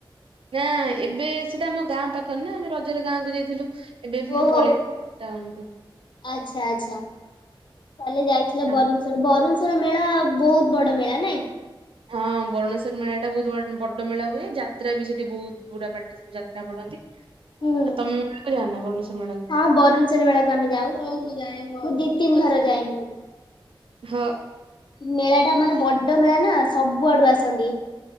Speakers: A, on the right (about 85°); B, on the left (about 60°).
A: ନା ଏବେ ସେଟା ଆମ ଗାଁ ପାଖରେ ନା ଆମେ ରଜରେ ଗାଁ କ ଯାଇଥିଲୁ। ଏବେ ପୁଣି
B: ଓହୋ
A: ପଳେଇ ଥିଲୁ ଟାଉନ୍ କୁ
B: ଆଚ୍ଛା ଆଚ୍ଛା କହେଲେ ଯାଇଥିଲେ ବରୁଂ
A: ଆଉ
B: ବରୁଣେଶର ମେଳା ବହୁତ ବଡ ମେଳା ନାଇଁ?
A: ହଁ ଭୁନେଶ୍୍ୱର ମେଳା ଟା ବହୁତ ବଡ ମେଳା ହୁଏ ଯାତ୍ରା ବି ସେଠି ବହୁତ ପୁରା ପାାର୍ଟି ଯାତ୍ରା ପଢନ୍ତି।
B: ହୁଁ
A: ଆ ତମେ ମ୍ୟା କାଣ ଭଲେଶ୍ୱର ମେଳା କୁ
B: ହଁ ବରୁଣେଶ୍ଵର ମେଳାକୁ ଯାଉ ମୁଁ ଦି ତିନି ଥର ଯାଏ
A: ହଁ।
B: ମେଳା ଟା ମାନେ ବଡ ମେଳା ନା ସବୁଆଡୁ ଆସନ୍ତି